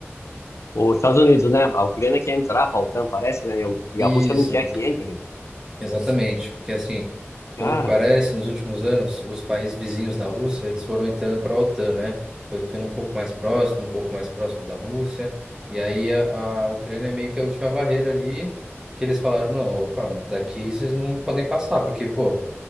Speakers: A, on the left; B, on the right.
A: Os Estados Unidos, né? A Ucrânia quer entrar pra OTAN, parece, né? E a e
B: Isso,
A: a Rússia não quer que entre.
B: exatamente. Porque assim.
A: Cara,
B: Pelo que parece, nos últimos anos, os países vizinhos da Rússia, eles foram entrando para a OTAN, né? Foi ficando um pouco mais próximo, um pouco mais próximo da Rússia. E aí a, a Ucrânia é meio que a última barreira ali que eles falaram, não, opa, daqui vocês não podem passar, porque, pô,